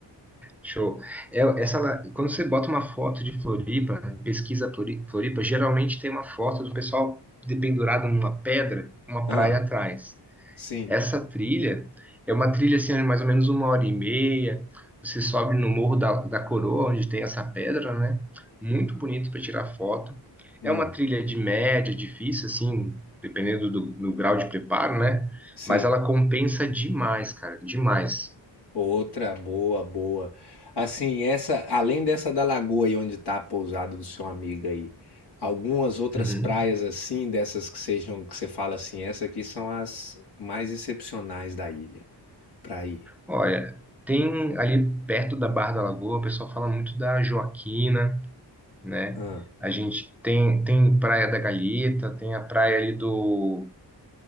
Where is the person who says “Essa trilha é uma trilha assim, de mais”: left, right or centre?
Centre